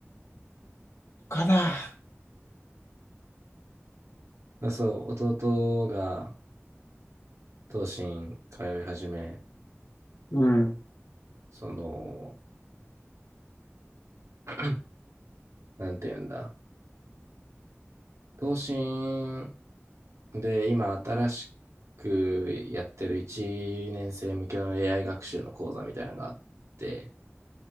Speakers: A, on the left; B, on the right.
A: かだ
B: だそう、弟が東進通い始め、
A: うん
B: その、<clears throat> なんていうんだ、東進で今新しくやってる1年生向けの AI 学習の講座みたいなのがあって、